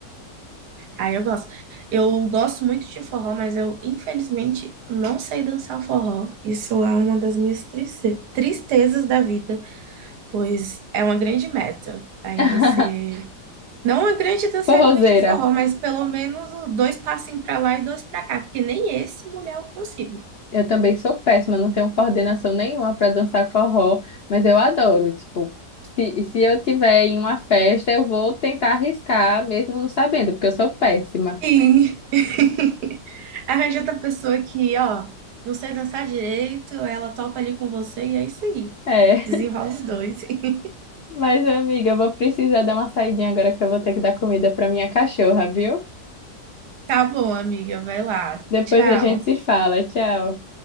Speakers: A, on the right; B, on the left.
A: Ah, eu gosto. Eu gosto muito de forró, mas eu, infelizmente, não sei dançar forró. Isso é uma das minhas trice- tristezas da vida, pois é uma grande meta ainda
B: <laughs>
A: ser. Não uma grande dançarina
B: Forrozeira.
A: de forró, mas pelo menos dois passinhos pra lá e dois pra cá, porque nem esse mulher eu consigo.
B: Eu também sou péssima, não tenho coordenação nenhuma para dançar forró, mas eu adoro. Tipo, se, se eu tiver em uma festa, eu vou tentar arriscar, mesmo não sabendo, porque eu sou péssima.
A: E <laughs> arranja outra pessoa que, ó, não sei dançar direito, ela topa ali com você e é isso aí.
B: É,
A: Desenrola os dois. <laughs>
B: <laughs> mas amiga, eu vou precisar dar uma saidinha agora que eu vou ter que dar comida para minha cachorra, viu?
A: Tá bom, amiga, vai lá.
B: Depois
A: Tchau.
B: a gente se fala. Tchau.